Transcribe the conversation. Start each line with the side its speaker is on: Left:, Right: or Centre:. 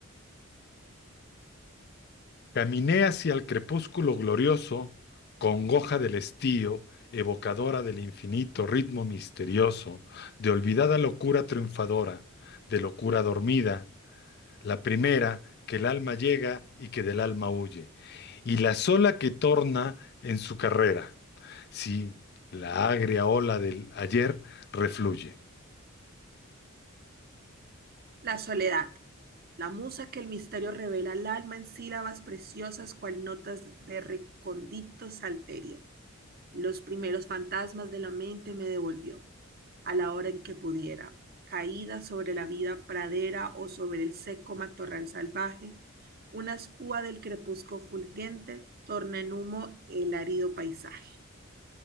Left: Caminé hacia el crepúsculo glorioso, congoja del estío, evocadora del infinito ritmo misterioso, de olvidada locura triunfadora, de locura dormida, la primera que el alma llega y que del alma huye, y la sola que torna en su carrera, si la agria ola del ayer refluye.
Right: La soledad. La musa que el misterio revela al alma en sílabas preciosas cual notas de recóndito salterio. Los primeros fantasmas de la mente me devolvió, a la hora en que pudiera, caída sobre la vida pradera o sobre el seco matorral salvaje, una escúa del crepúsculo fulgente torna en humo el árido paisaje.